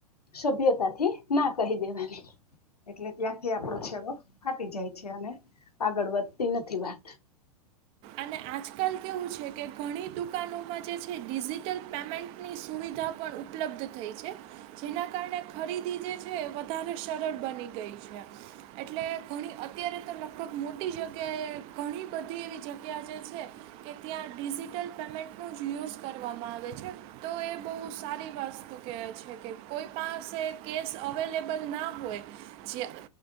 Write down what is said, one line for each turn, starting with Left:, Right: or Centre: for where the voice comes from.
Left: સભ્યતાથી ના કહી દેવાની એટલે ત્યાંથી આપણો છેડો ફાટી જાય છે, અને આગળ વધતી નથી વાત
Right: અને આજકાલ કેવું છે, કે ઘણી દુકાનોમાં જે છે, ડિજિટલ પેમેન્ટની સુવિધા પણ ઉપલબ્ધ થઈ છે, જેના કારણે ખરીદી જે છે વધારે સરળ બની ગઈ છે. એટલે ઘણી અત્યારે તો લગભગ મોટી જગ્યાએ ઘણી બધી એવી જગ્યા ત્યાં જે છે કે ત્યાં ડિજિટલ પેમેન્ટનું જ યુઝ કરવામાં આવે છે, તો એ બહુ સારી વસ્તુ કહે છે કે કોઈ પાસે કેસ અવેલેબલ ના હોય જે